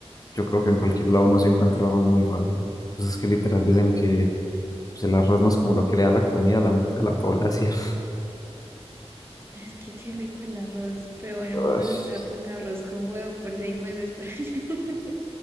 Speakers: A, on the left; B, on the right.
A: yo creo que en cualquier lado uno se encuentra arroz muy fácil. Pues es que literal dicen que pues, el arroz no es como lo que le da la comida a la mitad de la población. <laughs>
B: Es que qué rico el arroz. Pero bueno,
A: Ush,
B: vamos a estar a punta de arroz con huevo por seis meses. Por... allá.